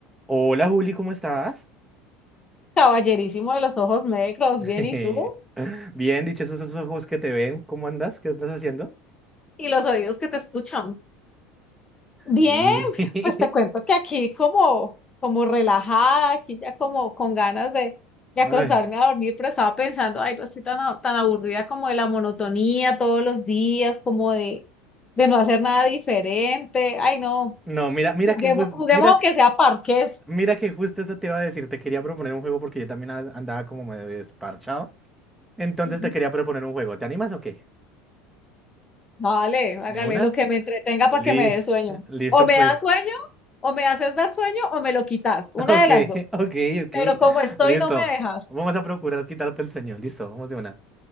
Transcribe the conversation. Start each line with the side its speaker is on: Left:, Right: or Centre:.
Centre: Hola Juli, ¿cómo estás?
Left: Caballerísimo de los ojos negros,
Centre: <laughs>
Left: bien, ¿y tú?
Centre: Bien, dichosos esos ojos que te ven, ¿cómo andas? ¿Qué estás haciendo?
Left: ¿Y los oídos que te escuchan? Bien,
Centre: Y...
Left: pues te cuento que aquí como, como relajada, aquí ya como con ganas de, de
Centre: <laughs>
Left: acostarme
Centre: Ay,
Left: a dormir, pero estaba pensando, ay, no estoy tan, a- tan aburrida como de la monotonía todos los días, como de, de no hacer nada diferente. Ay, no,
Centre: no, mira, mira
Left: juguemos,
Centre: que justo,
Left: juguemos
Centre: mira,
Left: aunque sea parques.
Centre: mira que justo eso te iba a decir, te quería proponer un juego porque yo también a- andaba como medio desparchado. Entonces
Left: Ujú.
Centre: te quería proponer un juego, ¿te animas o qué?
Left: Vale, hágale
Centre: ¿De una?
Left: lo que me entretenga para
Centre: Li-
Left: que me dé sueño.
Centre: <laughs> Listo
Left: O me
Centre: pues.
Left: da sueño,
Centre: <laughs>
Left: o me haces dar sueño, o me lo quitas, una
Centre: Ok,
Left: de las dos.
Centre: ok, ok,
Left: Pero como estoy,
Centre: listo.
Left: no me dejas.
Centre: Vamos a procurar quitarte el sueño, listo, vamos de una.